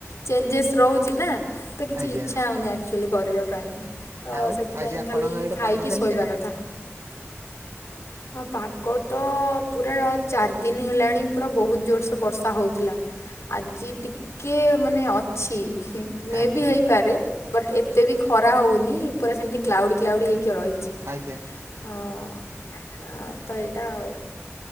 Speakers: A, on the left (about 70°); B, on the right (about 60°).
A: ଚେଞ୍ଜେସ୍ ରହୁଚି ନା ତ କିଛି
B: ଆଜ୍ଞା।
A: ଇଚ୍ଛା ହଉନି ଆକଚୁଆଲି କରିବା ପାଇଁ। ତ
B: ଆଉ
A: ସେଥିପାଇଁ
B: ଆଜି ଆପଣଙ୍କ
A: ଖାଲି
B: ଆଡେ
A: ଖାଇକି
B: ପାଗ କେମିତିକା?
A: ଶୋଇବା କଥା। ହଁ ପାଗ ତ ପୁରା ଚାରି ଦିନି ହେଲାଣି ପୁରା ବହୁତ୍ ଜୋରସେ ବର୍ଷା ହଉଥିଲା। ଆଜି ଟିକେ ମାନେ ଅଛି ହିଁ ମେ
B: ଆଜ୍ଞା
A: ବି ହେଇପାରେ। ବଟ୍ ଏତେ ବି ଖରା ହଉନି ପୁରା ସେମିତି କ୍ଲାଉଡି କ୍ଲାଉଡି ହେଇକି କିଅ ରହିଛି,
B: ଆଜ୍ଞା
A: ଅଁ ଆଁ ତ ଏଇଟା ଆଉ।